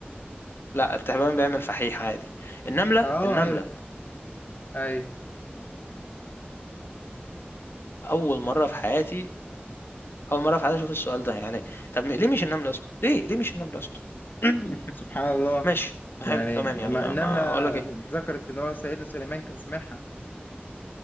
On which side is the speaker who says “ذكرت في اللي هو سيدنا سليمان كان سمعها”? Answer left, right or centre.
Left